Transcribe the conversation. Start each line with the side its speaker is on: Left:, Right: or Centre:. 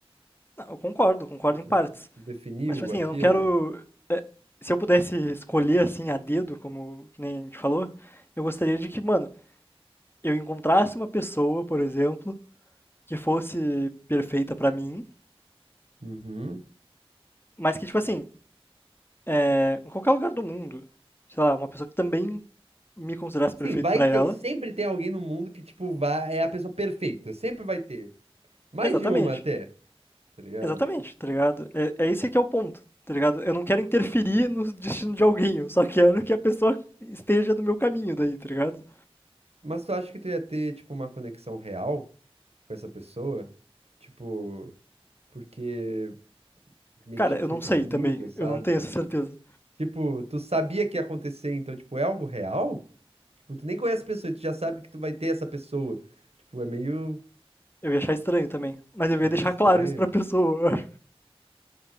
Left: Não, eu concordo, concordo
Right: que tu,
Left: em partes.
Right: tu definiu
Left: Mas, tipo assim,
Right: aquilo?
Left: eu não quero. é, Se eu pudesse escolher, assim, a dedo, como que nem a gente falou, eu gostaria de que, mano, eu encontrasse uma pessoa, por exemplo, que fosse perfeita pra mim,
Right: Uhum.
Left: mas que, tipo assim, é, em qualquer lugar do mundo, sei lá, uma pessoa que também me considerasse
Right: Sim,
Left: perfeito
Right: vai
Left: pra
Right: ter.
Left: ela.
Right: Sempre tem alguém no mundo que, tipo, vai, é a pessoa perfeita. Sempre vai ter. Mais
Left: Exatamente,
Right: de uma até, tá ligado?
Left: exatamente, tá ligado? É, é esse que é o ponto, tá ligado? Eu não quero interferir no destino de alguém, eu só quero que a pessoa esteja no meu caminho daí, tá ligado?
Right: Mas tu acha que tu ia ter, tipo, uma conexão real com essa pessoa? Tipo, porque meio
Left: Cara,
Right: que já
Left: eu
Right: foi
Left: não
Right: definido,
Left: sei também,
Right: sabe?
Left: eu não tenho essa certeza.
Right: Tipo, tu sabia que ia acontecer, então, tipo, é algo real? Tipo, tu nem conhece a pessoa e tu já sabe que tu vai ter essa pessoa. Tipo, é meio,
Left: Eu ia achar estranho também, mas eu
Right: é
Left: ia
Right: meio
Left: deixar
Right: estranho.
Left: claro isso pra pessoa, eu